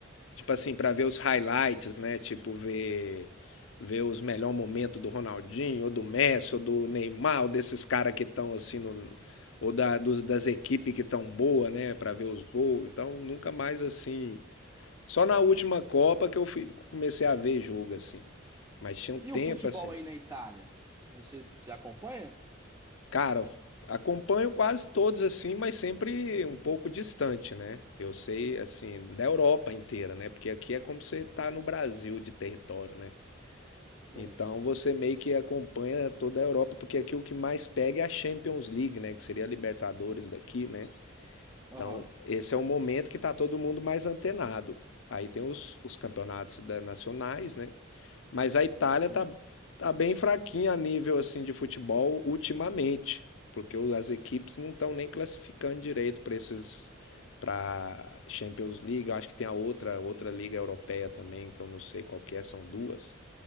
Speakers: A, on the left; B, on the right.
A: Tipo assim, pra ver os highlights, né? Tipo, ver, ver os melhores momentos do Ronaldinho, ou do Messi, ou do Neymar, ou desses caras que estão assim no. Ou da, dos, das equipes que estão boa, né? Pra ver os gols. Então, nunca mais assim. Só na última Copa que eu fui, comecei a ver jogo, assim. Mas tinha um tempo,
B: E o futebol
A: assim.
B: aí na Itália? Você se acompanha?
A: Cara, acompanho quase todos, assim, mas sempre um pouco distante, né? Eu sei, assim, da Europa inteira, né? Porque aqui é como você tá no Brasil de território, né?
B: Sei.
A: Então você meio que acompanha toda a Europa, porque aqui o que mais pega é a Champions League, né? Que seria a Libertadores daqui, né?
B: Aham,
A: Então esse é um momento que tá todo mundo mais antenado. Aí tem os, os campeonatos da- nacionais, né? Mas a Itália
B: sim.
A: tá, tá bem fraquinha a nível assim de futebol ultimamente, porque o- as equipes não estão nem classificando direito para esses para Champions League. Eu acho que tem a outra outra liga europeia também, que eu não sei qual que é, são duas.